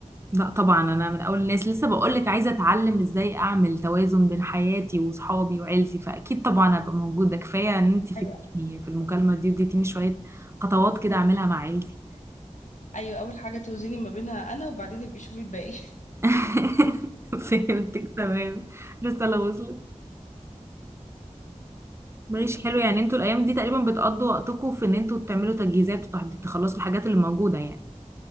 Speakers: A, on the right; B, on the left.
A: لا طبعا انا من اول الناس لسه بقول لك عايزه اتعلم ازاي اعمل توازن بين حياتي وصحابي وعيلتي فاكيد طبعا ابقى موجوده كفايه ان انت فدتيني
B: ايوه
A: في المكالمه دي اديتيني شويه خطوات كده اعملها مع عيلتي
B: ايوه اول حاجه توزني ما بينها انا وبعدين ابقي شوفي الباقي
A: <laughs> فهمتك تمام الرساله وصلت ماشي حلو يعني انتوا الايام دي تقريبا بتقضوا وقتكم في ان انتوا تعملوا تجهيزات وتحضير تخلصوا الحاجات اللي موجوده يعني